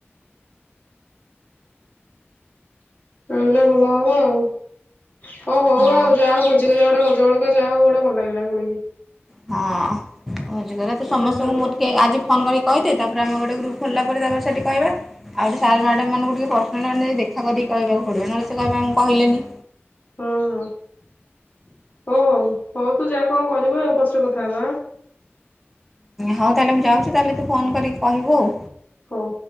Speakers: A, on the left; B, in the centre.
A: ଆଣିଲେ ଭଲ ହବ ଆଉ ହ ହଉ
B: ହଁ
A: ଆଉ ଯାହା ହଉ ଭୋଜି କରିବା ଗୋଟେ ର ଜଳକା ଯା ହଉ ଗୋଟା ଭଲ ଲାଗିଲା ଶୁଣିକି।
B: ହଁ ଭୋଜିକରିବା ତୁ ସମସ୍ତଙ୍କୁ
A: ଏତେ ଦିନ ପରେ
B: ମୁଁ ଟିକେ ଆଜି ଫୋନ କରିକି କହିଦେ ତାପରେ ଆମେ ଗୋଟେ ଗ୍ରୁପ୍ ଖୋିଲଲା ପରେ ତା ପରେ ସେଠି କହିବା। ଆଉ ସାର ମ୍ୟାଡାମମାନଙ୍କୁ ଟିକେ ପର୍ସନାଲ ମାନେ ଦେଖା କରିକି କହକୁ ପଡିବ ନହେଲେ ସେ କହିବେ ଆମକୁ କହିଲେନି?
A: ହଁ ହଁ ହଉ ହଉ ହଉ ତୁ ଯା କଣ କରିବୁ ଆଉ ପଛରେ କଥା ହବା ଆଁ।
B: ହଉ ତାହେଲେ ମୁଁ ଯାଉଚି ତାହେଲେ ତୁ ଫୋନ୍ କରିକି କହିବୁ ଆଉ।
A: ହୁଁ।